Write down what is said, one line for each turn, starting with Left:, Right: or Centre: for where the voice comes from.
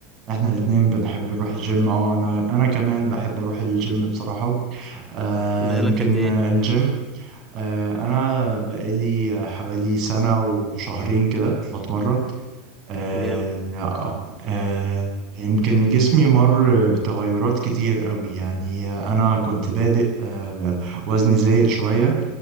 Right: احنا الاتنين بنحب نروح الجيم اه انا انا كمان بحب اروح الجيم بصراحه آه
Centre: بقالك
Right: يمكن
Centre: قد ايه
Right: آه، الجيم آه، أنا بقالي حوالي سنة وشهرين كده بتمرن آه،
Centre: جامد
Right: آه، آه، يمكن جسمي مر بتغيرات كتير قوي يعني أنا كنت بادئ آه، وزني زايد شوية